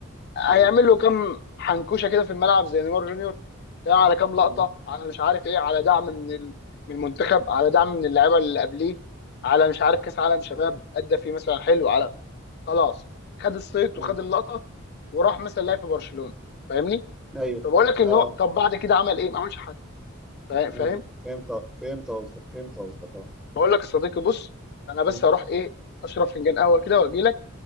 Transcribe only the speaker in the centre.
مم.
مم.
مم.
مم.
مم.
ايوه
اه
مم. فهمت فهمت قصدك فهمت قصدك اه
ب-
مم.